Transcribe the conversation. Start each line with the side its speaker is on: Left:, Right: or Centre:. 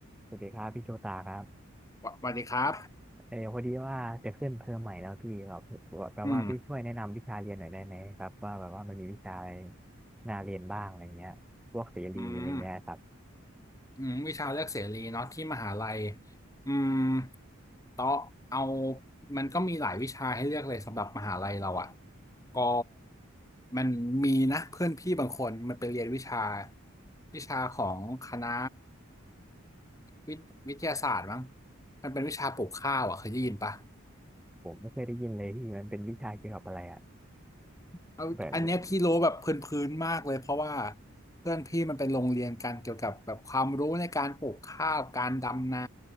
Centre: สวัสดีครับพี่โชตาครับ
Left: สวสวัสดีครับ
Centre: เออพอดีว่าจะขึ้นเทอมใหม่แล้วพี่ครับแปลว่าพี่ช่วยแนะนำวิชาเรียนหน่อยได้ไหมครับว่าแบบว่ามันมีวิชาอะไร
Left: อืม
Centre: น่าเรียนบ้างอะไรเงี้ยพวกเสรีอะไรเงี้ยครับ
Left: อืมอืมวิชาเลือกเสรีเนาะที่มหาลัยอืมต่อเอามันก็มีหลายวิชาให้เลือกเลยสำหรับมหาลัยเราอ่ะ ก็มันมีนะเพื่อนพี่บางคนมันไปเรียนวิชาวิชาของคณะวิทวิทยาศาสตร์มั้งมันเป็นวิชาปลูกข้าวอ่ะเคยได้ยินปะ
Centre: ผมไม่เคยได้ยินเลยพี่มันเป็นวิชาเกี่ยวกับอะไรอ่ะ
Left: เอาอันเนี้ยพี่รู้แบบพื้นๆมากเลยเพราะว่า
Centre: แบบ
Left: เพื่อนพี่มันเป็นโรงเรียนกันเกี่ยวกับแบบความรู้ในการปลูกข้าวการดำนา